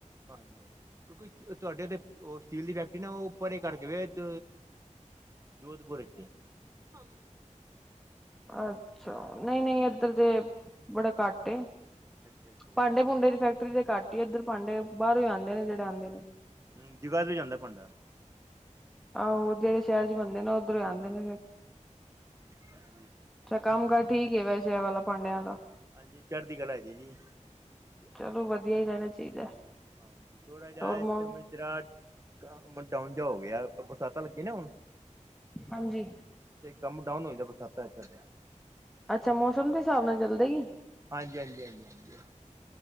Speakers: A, on the right; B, in the centre.
A: ਹਾਂ ਕਿਉਂਕਿ ਤੁਹਾਡੇ ਤੇ ਉਹ ਸਟੀਲ ਦੀ ਫੈਕਟਰੀ ਨਾ ਉਹ ਪਰੇ ਕਰਕੇ ਵੇ ਐਚ ਜੋਧਪੁਰ ਇੱਥੇ ਏ, ਹੁ।
B: ਅੱਛਾ ਨਹੀਂ ਨਹੀਂ ਏਧਰ ਤੇ ਬੜਾ ਘੱਟ ਏ।
A: ਅੱਛਾ ਅੱਛਾ ਜੀ
B: ਭਾਂਡੇ-ਭੂੰਡੇ ਦੀ ਫੈਕਟਰੀ ਤੇ ਘੱਟ ਹੀ ਏ ਇੱਧਰ, ਭਾਂਡੇ ਬਾਹਰੋਂ ਆਉਂਦੇ ਨੇ ਜਿਹੜੇ ਆਉਂਦੇ ਨੇ।
A: ਹਮ ਬਾਹਰ ਵੀ ਜਾਂਦਾ ਭਾਂਡਾ।
B: ਆਹੋ ਜਿਹੜੇ ਸ਼ਹਿਰ 'ਚ ਬੰਨ ਦੇ ਨਾ ਉੱਧਰੋਂ ਆਉਂਦੇ ਨੇ ਫਿਰ
A: ਹਾਂਜੀ।
B: ਅੱਛਾ ਕੰਮ ਕਾਰ ਠੀਕ ਈ ਏ, ਵੈਸੇ ਵਾਲਾ ਭਾਡਿਆਂ ਵਾਲਾ।
A: ਹਾਂਜੀ ਚੜ੍ਹਦੀ ਕਲਾ ਹੈ ਜ ਜੀ।
B: ਚਲੋ ਵਧੀਆ ਹੀ ਰਹਿਣਾ ਚਾਹੀਦਾ।
A: ਹਾਂਜੀ ਥੋੜਾ ਜਿਹਾ
B: ਹੋਰ
A: ਇਸ
B: ਮੌ
A: ਟੈਮ'ਚ ਜਿਹੜਾ ਬ ਮ ਡਾਊਨ ਜਹਾ ਹੋ ਗਿਆ ਬਰਸਾਤਾਂ ਲੱਗੀਆਂ ਨੇ ਹੁਣ
B: ਹਾਂਜੀ।
A: ਤੇ ਕੰਮ ਡਾਊਨ ਹੋ ਜਾਂਦਾ ਬਰਸਾਤਾਂ ਸਾਡੇ
B: ਅੱਛਾ ਮੌਸਮ ਦੇ ਹਿਸਾਬ ਨਾਲ ਚੱਲਦਾ ਹੀ
A: ਹਾਂਜੀ -ਹਾਂਜੀ-ਹਾਂਜੀ